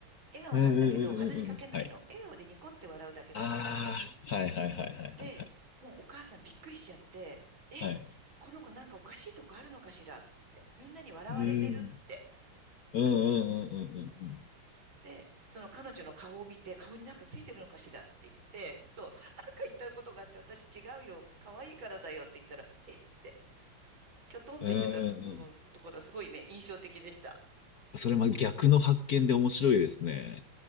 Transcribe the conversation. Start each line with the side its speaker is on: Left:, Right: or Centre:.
Right: 笑顔なんだけど、
Left: うんう
Right: 話しかけないの。
Left: んうんうんうん。はい。
Right: 笑顔でニコって笑うだけなの。
Left: ああ、はいはいはいはいはい。
Right: で、もうお母さんびっくりしちゃって、え、
Left: はい
Right: この子なんかおかしいとこあるのかしらって、みんなに笑われてるって。
Left: うん。うんうんうんうんうんうん。
Right: で、その彼女の顔を見て、顔になんかついてるのかしらって言って、そう、なんか言ったことがあって、私違うよ、可愛いからだよって言ったら、えって、きょとんってしてたとこ、
Left: うんうんうん。
Right: ところがすごいね、印象的でした。
Left: それま逆の発見で面白いですね。